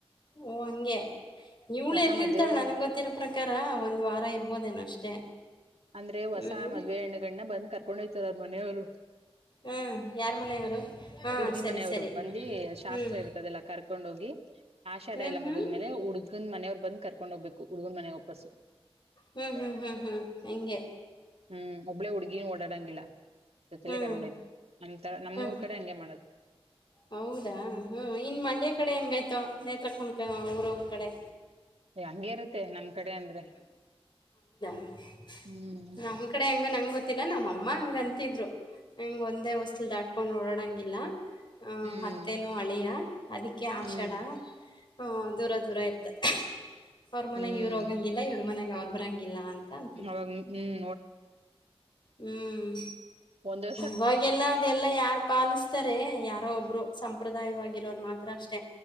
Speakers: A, on the left (about 50°); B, on the right (about 75°).
A: ಓ ಹಂಗೆ ಇವ್ಳು
B: ಹೊಸ
A: ಎಲ್ಲಿ
B: ಮದ್ವೆ
A: ಇರ್ತಾಳ ನನ್ಗೆ ಗೊತ್ತಿರೋ ಪ್ರಕಾರ ಒಂದ್ ವಾರ ಇರ್ಬೋದೇನೊ ಅಷ್ಟೇ.
B: ಅಂದ್ರೆ ಹೊಸ
A: ಹ್ಮ್
B: ಮದ್ವೆ ಹೆಣ್ಣುಗಂಡನ ಬಂದ್ ಕರ್ಕೊಂಡ ಹಯ್ತಾರೆ ಅವ್ರು ಮನೆಯವ್ರು
A: ಹ್ಮ್ ಯಾರ್ ಮನೆಯವರು ಹಾ
B: ಹುಡುಗಿ
A: ಸರಿ
B: ಮನೆಯವರು
A: ಸರಿ
B: ಬಂದಿ ಶಾಸ್ತ್ರ
A: ಹ್ಮ್
B: ಇರ್ತದೆಲ್ಲ ಕರ್ಕೊಂಡ ಹೋಗಿ ಆಷಾಡ
A: ಹ್ಮ್
B: ಎಲ್ಲ
A: ಹ್ಮ್ ಹ್ಮ್
B: ಮುಗಿದ್ಮೇಲೆ ಹುಡ್ಗನ್ ಮನೆಯವ್ ಬಂದ್ ಕರ್ಕೊಂಡ್ ಹೋಗ್ಬೇಕು ಹುಡ್ಗನ್ ಮನೆಗ್ ಒಪ್ಪಸು
A: ಹ್ಮ್ ಹ್ಮ್ ಹ್ಮ್ ಹ್ಮ್ ಹಂಗೆ
B: ಹ್ಮ್ ಒಬ್ಬಳೇ ಹುಡುಗಿ ಓಡಾಡಂಗಿಲ್ಲ ಜೊತೆಯಲ್ಲೇ
A: ಹ್ಮ್
B: ಕರ್ಕೊಂಡು ಹೋಗಿ ನಮ್ ತ ನಮ್ಮೂರ್
A: ಹ್ಮ್ ಹ್ಮ್
B: ಕಡೆ ಹಂಗೆ ಮಾಡದು
A: ಹೌದಾ ಹ್ಮ ಇನ್ ಮಂಡ್ಯ ಕಡೆ ಹೆಂಗಾಯ್ತು ನೇತ್ರಕ್ಕಮ ಊರವ್ರ ಕಡೆ.
B: ಎ ಹಂಗೆ ಇರುತ್ತೆ ನಮ ಕಡೆ ಅಂದ್ರೆ.
A: ನಮ್
B: ಹ್ಮ್
A: ಕಡೆ ಹೆಂಗನ್ ನಂಗ್ ಗೊತ್ತಿಲ್ಲ ನಮ್ಮ ಅಮ್ಮ ಹಂಗಂತಿದ್ರು. ಹ್ಮ್ ಒಂದೇ ಹೊಸ್ತಿಲ್ ದಾಟ್ಕೊಂಡ್ ಓಡಾಡಂಗಿಲ್ಲ ಹ
B: ಹ್ಮ್
A: ಅತ್ತೇನು ಅಳಿಯ ಅದಿಕ್ಕೆ ಆಷಾಢ
B: ಹ್ಮ್
A: ಹ್ಮ್ ದೂರ ದೂರ ಇತ್ತು ಅವ್ರ ಮನೆಗೆ
B: ಹ್ಮ್
A: ಇವ್ರು ಹೋಗ ಹೋಗಗಿಲ್ಲ ಇವ್ರ ಮನ್ಯಾಗ ಅವರು ಬರಂಗಿಲ್ಲ ಅಂತ <inaudible> ಅಂತಿದ್ರು್ಮ
B: ಅವಾಗ ಹ್ಮ್
A: ಹ್ಮ್
B: ಒಂದು
A: ಇವಾಗೆಲ್ಲ ಅದೆಲ್ಲಾ ಯಾರ್ ಪಾಲಿಸ್ತಾರೆ. ಯಾರೋ ಒಬ್ರು ಸಂಪ್ರದಾಯವಾಗಿರೋರು ಮಾತ್ರ <unintelligible> ಅಷ್ಟೆ